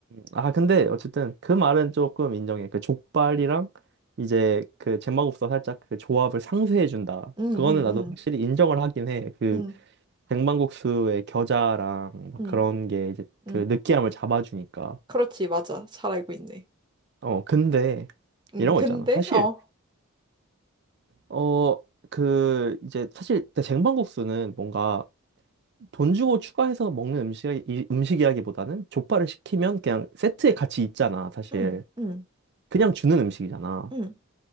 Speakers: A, on the right (about 50°); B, on the right (about 20°).
A: 아, 근데 어쨌든 그 말은 조금 인정해. 그 족발이랑 이제 그제반국수 살짝 그 조합을 상쇄해 준다.
B: 응,
A: 그거는
B: 응,
A: 나도
B: 응,
A: 확실히 인정을 하긴 해. 그
B: 응,
A: 백만국수의 겨자랑 막
B: 응,
A: 그런 게 이제
B: 응.
A: 그 느끼함을 잡아주니까.
B: 그렇지, 맞아. 잘 알고 있네.
A: 어, 근데
B: 응,
A: 이런
B: 근데,
A: 거 있잖아. 사실
B: 어,
A: 어, 그 이제 사실 쟁반국수는 뭔가 돈 주고 추가해서 먹는 음식 음식이라기보다는 족발을 시키면 그냥 세트에 같이 있잖아, 사실.
B: 응, 응,
A: 그냥 주는 음식이잖아.
B: 응,